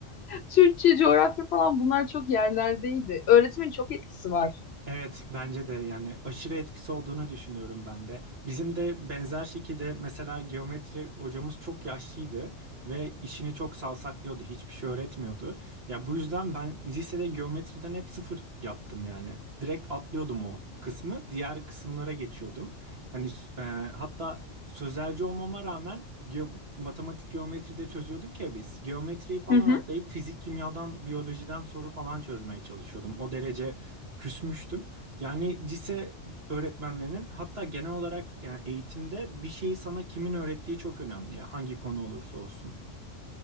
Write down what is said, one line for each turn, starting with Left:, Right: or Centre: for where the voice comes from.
Left: Türkçe, coğrafya falan bunlar çok yerlerdeydi. Öğretimin çok etkisi var.
Right: Evet bence de yani aşırı etkisi olduğunu düşünüyorum ben de. Bizim de benzer şekilde mesela geometri hocamız çok yaşlıydı ve işini çok savsaklıyordu. Hiçbir şey öğretmiyordu. Ya bu yüzden ben lisede geometriden hep sıfır yaptım yani. Direkt atlıyordum o kısmı, diğer kısımlara geçiyordum. Hani e, hatta sözelci olmama rağmen ge- matematik geometride çözüyorduk ya biz. Geometriyi falan
Left: Hı hı.
Right: atlayıp fizik, kimyadan, biyolojiden soru falan çözmeye çalışıyordum. O derece küsmüştüm. Yani lise öğretmenlerinin hatta genel olarak yani eğitimde bir şeyi sana kimin öğrettiği çok önemli ya. Hangi konu olursa olsun.